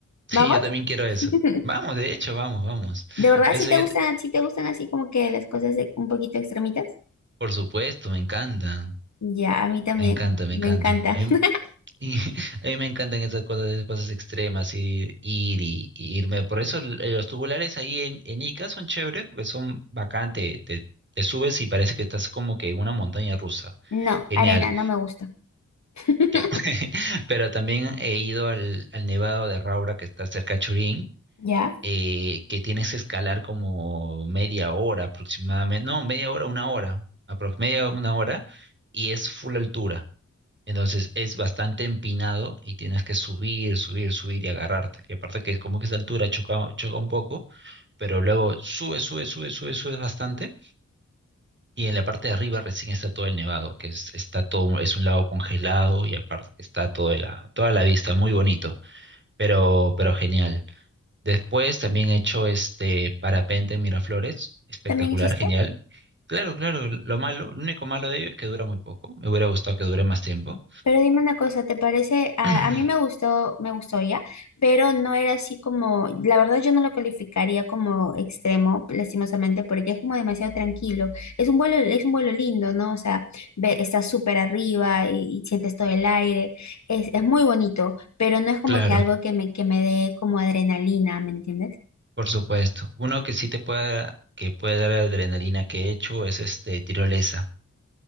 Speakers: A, on the right; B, on the left.
A: Sí,
B: ¿Vamos?
A: yo también quiero eso.
B: <laughs>
A: Vamos, de hecho, vamos, vamos.
B: ¿De verdad
A: Eso
B: si te
A: yo,
B: gustan,
A: te-
B: si te gustan así como que las cosas de- un poquito extremitas?
A: por supuesto, me encantan,
B: Ya, a mí también.
A: me encanta, me
B: Me
A: encantan.
B: encanta. <laughs>
A: Y <laughs> a mí me encantan esas cosas, esas cosas extremas, y ir y, y irme. Por eso l- eh, los tubulares ahí en, en Ica son chéveres, porque son bacán, te, te- te subes y parece que estás como que en una montaña rusa.
B: No,
A: Genial,
B: arena no me gusta. <laughs>
A: ya. <laughs> Pero también he ido al, al Nevado de Raura, que está cerca de Churín,
B: ¿Ya?
A: eh, que tienes que escalar como media hora aproximadamente, no, media hora, una hora, aprox media una hora, y es full altura. Entonces es bastante empinado y tienes que subir, subir, subir y agarrarte. Y aparte que es como que esa altura choca, choca un poco, pero luego sube, sube, sube, sube, sube bastante. Y en la parte de arriba recién está todo el nevado, que es, está todo, es un lago congelado y aparte que está toda la, toda la vista, muy bonito, pero, pero genial. Después también he hecho este parapente en Miraflores, espectacular,
B: ¿También hiciste?
A: genial. Claro, claro, lo malo, lo único malo de ello es que dura muy poco. Me hubiera gustado que dure más tiempo.
B: Pero dime una cosa, ¿te parece? A,
A: <clears throat>
B: a mí me gustó, me gustó ya, pero no era así como, la verdad yo no lo calificaría como extremo, lastimosamente, porque es como demasiado tranquilo. Es un vuelo, es un vuelo lindo, ¿no? O sea, ve, estás súper arriba y, y sientes todo el aire. Es, es muy bonito, pero no es como
A: Claro.
B: que algo que me, que me dé como adrenalina, ¿me entiendes?
A: Por supuesto. Uno que sí te puede, que puede dar adrenalina que he hecho es este tirolesa.